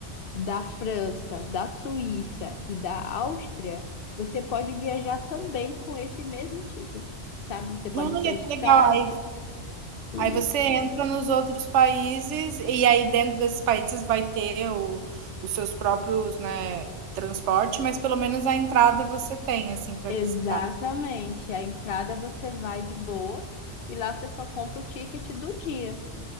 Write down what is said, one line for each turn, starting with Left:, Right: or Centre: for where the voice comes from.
Left: da França, da Suíça e da Áustria, você pode viajar também com esse mesmo ticket, sabe? Você pode
Right: olha
Left: ir para Estrasburgo.
Right: que legal. Aí
Left: e-
Right: Aí você entra nos outros países e aí dentro desses países vai ter o, os seus próprios, né, transporte, mas pelo menos a entrada você tem, assim, para
Left: Exatamente.
Right: visitar.
Left: A entrada você vai de boa e lá você só compra o ticket do dia,